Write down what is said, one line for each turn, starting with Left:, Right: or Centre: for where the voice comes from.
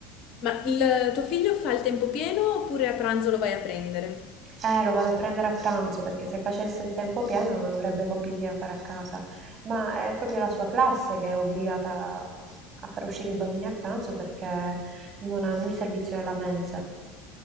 Left: Ma il tuo figlio fa il tempo pieno oppure a pranzo lo vai a prendere?
Right: Eh, lo vado a prendere a pranzo perché se facesse il tempo pieno non avrebbe compiti da fare a casa, ma è proprio la sua classe che è obbligata a far uscire i bambini a pranzo perché non hanno il servizio della mensa.